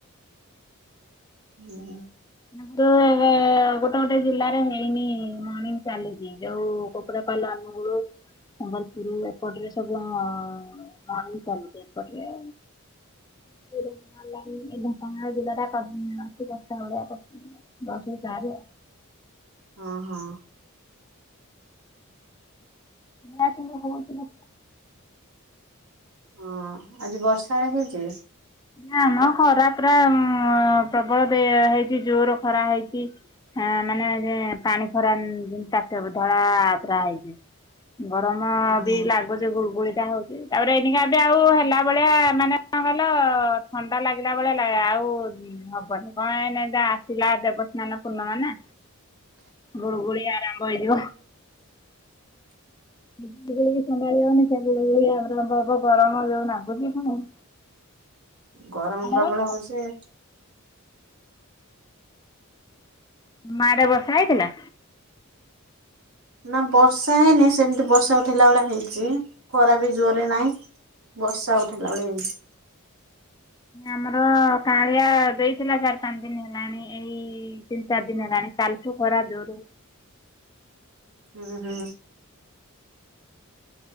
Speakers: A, on the right; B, on the left.
A: ହୁଁ।
B: ନାଟୋରେ ଏବେ ଗୋଟେ ଗୋଟେ ଜିଲ୍ଲାରେ ହେଇନି ମଣିଙ୍ଗ ଚାଲିଛି। ହେଇ ଯୋଉ କୋପଡ଼ାପାଲ ଅନୁଗୁଳ ସମ୍ବଲପୁର ଏପଟରେ ସବୁ ଅ ନା ଚାଲିଛି ଏପଟରେ। <unintelligible> ଦଶରୁ ଚାରି ଆ।
A: ହଁ ହଁ।
B: ନା କିନ୍ତୁ ହଉଚି <unintelligible>
A: ହଁ ଆଜି ବର୍ଷା ହେଇଛି?
B: ନା ମ ଖରା ପ୍ରା ପ୍ରବଳ ବେ ହେଇଛି ଜୋର ଖରା ହେଇଛି। ହଁ ମାନେ ଯେ ପାଣି ଖରା ତାତେପା ଧଳା ପୁରା ହେଇଛି। ଗରମ
A: ଓହୋ
B: ବି ଲାଗ୍ ଉପସେ ଗୁଳଗୁଳିଟା ହଉଛି ତାପରେ ଏନିକା ବି ଆଉ ହେଲା ଭଳିଆ ମାନେ କଣ କଲ ତ ଥଣ୍ଡା ଲାଗିଲା ଭଳିଆ ଲା ଆଉ ହବନି କଣ ନାଇ ଯା ଆସିଲା ଦେବ ସ୍ନାନ ପୂର୍ଣ୍ଣମା ନା।
A: ହଁ
B: ଗୁଳୁଗୁଳି ଆରମ୍ଭ ହେଇଯିବ।
A: <unintelligible>
B: ସେତେବେଳେ ବି ସମ୍ଭାଳି ହ <unintelligible> ଗରମ ଯୋଉ ଲାଗୁଛି କଣ
A: ଗରମ ପ୍ରବଳ
B: ବର୍ଷା
A: ହଉଛି।
B: ମ ଆଡ଼େ ବର୍ଷା ହେଇଥିଲା?
A: ନା ବର୍ଷା ହେଇନି ସେମିତି ବର୍ଷା ଉଠେଇଲା ଭଳିଆ ହେଇଛି ଖରା ବି ଜୋରେ ନାଇଁ। ବର୍ଷା ଉଠେଇଲା ଭଳି <unintelligible>
B: ଆମର କାଁଳିଆ ଦେଇଥିଲା ଚାରି ପାଞ୍ଚ ଦିନ ହେଲାଣି ଏଇ ଦି ତିନି ଚାରି ଦିନ ହେଲାଣି କାଲିଠୁ ଖରା ଜୋରେ।
A: ହୁଁ ହୁଁ।